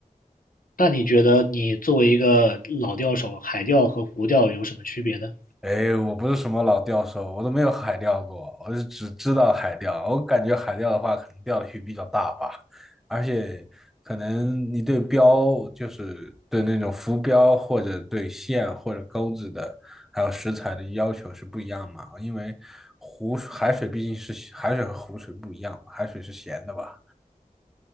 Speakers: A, on the left (about 75°); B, in the centre.
A: 那你觉得你作为一个老钓手，海钓和湖钓有什么区别呢？
B: 哎，我不是什么老钓手，我都没有海钓过，我就只知道海钓。我感觉海钓的话，可能钓的鱼比较大吧，而且可能你对标，就是对那种浮标或者对线或者钩子的，还有食材的要求是不一样嘛。因为湖海水毕竟是海水和湖水不一样嘛，海水是咸的吧？